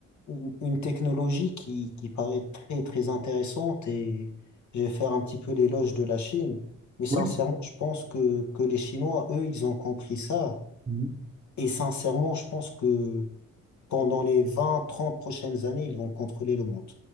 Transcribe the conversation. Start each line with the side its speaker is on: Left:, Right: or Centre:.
Left: une une technologie qui, qui paraît très très intéressante et je vais faire un petit peu l'éloge de la Chine. Mais sincèrement,
Right: Oui.
Left: je pense que, que les Chinois, eux, ils ont compris ça.
Right: Mhm. Oui.
Left: Et sincèrement, je pense que pendant les vingt trente prochaines années, ils vont contrôler le monde.